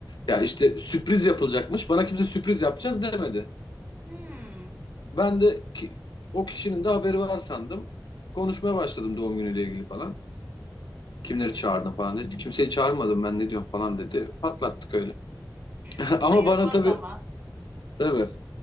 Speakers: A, on the left (about 85°); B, on the right (about 25°).
A: Ya işte sürpriz yapılacakmış. Bana kimse sürpriz yapacağız demedi.
B: Hmm.
A: Ben de ki, o kişinin de haberi var sandım. Konuşmaya başladım doğum günüyle ilgili falan.
B: Hmm.
A: Kimleri çağırdım falan dedi. Kimseyi çağırmadım ben ne diyorum falan dedi. Patlattık öyle. <laughs>
B: Bu sayılmaz
A: Ama bana tabii
B: ama.
A: tabii